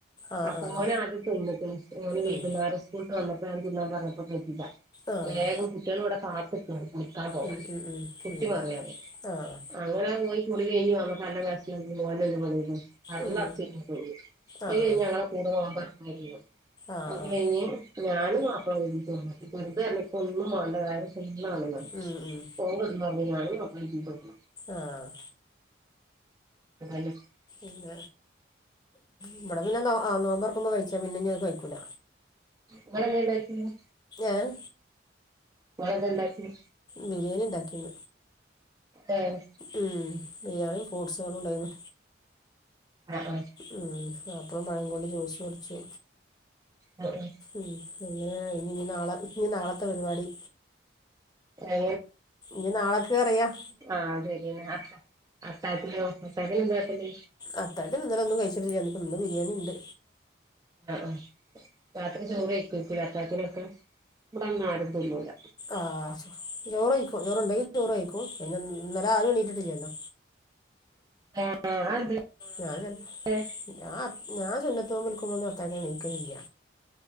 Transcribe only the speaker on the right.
അപ്പു
മോനാദ്യം തിന്നികക്ക്ണ് ഓന് വൈകുന്നേരം
സ്കൂളിട്ട് വന്നപ്പോ ഞാൻ തിന്നാൻ പറഞ്ഞപ് <unintelligible>
വേഗം കുട്ട്യാളിവിടെ കാത്തിക്കാണ് കുളിക്കാൻ പോവാൻ,
കുത്തി
മറിയാന്.
അങ്ങനെ പോയി കുളി കെയ്ഞ്ഞ് വന്നപ്പോ നല്ല എർച്ചി <unintelligible> ഓനങ്ങ് <unintelligible> പള്ളറച്ചേറ്റിപ്പോയി
ഏയ് ഞങ്ങളെ കൂടെ നോമ്പറക്കാറില്ല
അത്
കയിഞ്ഞ് ഞാനും മാപ്ലെം ഒരുമിച്ച് വെറുതെയല്ല ഇപ്പൊന്നും വാണ്ട വയറ് ഫുള്ളാണ്ന്നാണ്
ഓൻ കെടന്നൊറങ്ങി ഞാനും മാപ്പിളീം ചീത്ത <unintelligible>
<unintelligible>
ഇങ്ങളെന്തേണ്ടാക്കീന്?
ഇങ്ങളെന്താണ്ടാക്ക്യേ?
ഏഹ്
ആഹ് ആഹ്
ആഹ്
ഏ
ആഹ് ശര്യന്നേ അത്ത അത്തായത്തിനോ അത്തായത്തിന് ന്താ വെക്കണ്ട്
അ ആ രാത്രി ചോറ് കയ്ക്കൂലേ അത്തായത്തിനൊക്കെ ഇബടങ്ങനാരും തിന്നൂല്ല.
ഏ ഏ അതെന്ത്
<unintelligible>